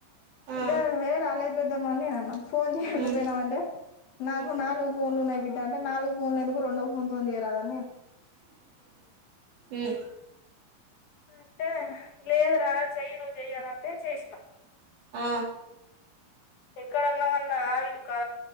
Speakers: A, on the right (about 50°); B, on the left (about 60°).
A: ఆ
B: అంటే హే రాలేద్ పె ద్దాం అని నేనన్న ఫోన్ చేయకపోయినావ
A: ఉమ్
B: అంటే నాకు
A: ఉమ్
B: నాలుగు ఫోన్లున్నయ బిడ్డ అంటే నాలుగు ఫోన్లు ఎందుకు రెండ్ కొంతొంజెరా అద్
A: ఉమ్
B: అంటే లేదురా చెయ్యను జెయ్యరా అంటే చేసిన
A: ఆ
B: ఎక్కడ ఉన్నావన్నా వీళ్ళు కా